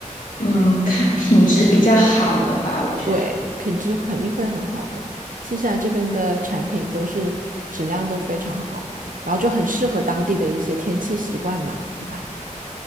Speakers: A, on the left; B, on the right.
A: 嗯，看品质比较好的吧，我觉得。
B: 对，品质肯定会很好的。新西兰这边的产品都是质量都非常好，然后就很适合当地的一些天气习惯嘛，对吧？